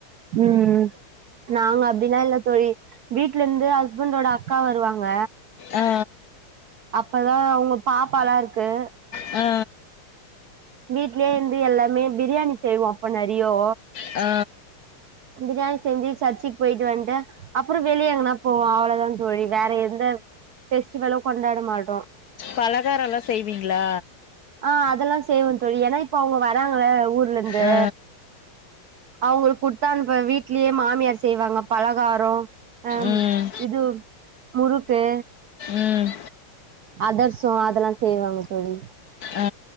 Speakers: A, on the right (about 70°); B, on the left (about 60°).
A: ம் ம் நாங்க அப்டிலா இல்ல தோழி வீட்ல இருந்து ஹஸ்பண்டோட அக்கா வருவாங்க
B: ஆ
A: அப்பதா அவ்ங்க பாப்பாலா இருக்கு
B: ஆ
A: வீட்லய இருந்து எல்லாமே பிரியாணி செய்வோம் அப்ப நிறையோ
B: ஆ
A: பிரியாணி செஞ்சு சர்ச்சுக்கு போயிட்டு வந்துட்டு அப்புறம் வெளிய எங்கனா போவோம் அவ்வளவுதான் தோழி வேற எந்த பெஸ்டிவலோ கொண்டாட மாட்டோம்
B: பலகாரம் எல்லாம் செய்வீங்களா
A: ஆ அதெல்லாம் செய்வன் தோழி ஏன்னா இப்ப அவங்க வராங்கள ஊர்ல இருந்து
B: ஆ,
A: அவங்களுக்கு குடுத்தான்னுப்பனும் வீட்லயே மாமியார் செய்வாங்க பலகாரம் அ
B: ம்
A: இது முருக்கு
B: ம்
A: அ தெர்சம் அதெல்லாம் செய்வாங்க தோழி
B: ஆ